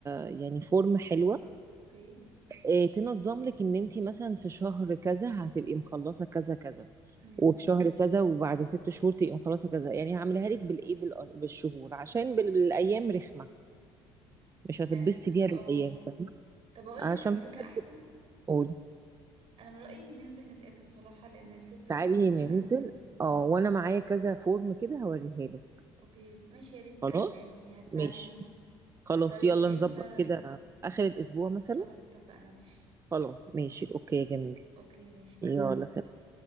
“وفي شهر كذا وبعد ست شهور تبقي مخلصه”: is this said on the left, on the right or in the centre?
Right